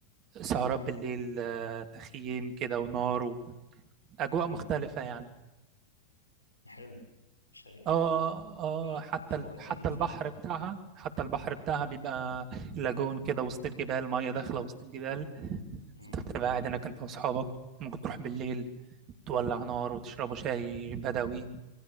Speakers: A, on the right; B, on the left.
A: سهرات بالليل آه، تخييم كده ونار وأجواء
B: مم.
A: مختلفة يعني
B: حلو شا يعني
A: اه اه
B: آه،
A: آه، حتى
B: شوقتني
A: ال- حتى
B: بصراحة
A: البحر بتاعها حتى البحر بتاعها بيبقى لاجون كده وسط الجبال مية داخلة وسط الجبال
B: مم.
A: تبقى قاعد هناك انت واصحابك ممكن تروح بالليل تولع نار وتشربوا شاي بدوي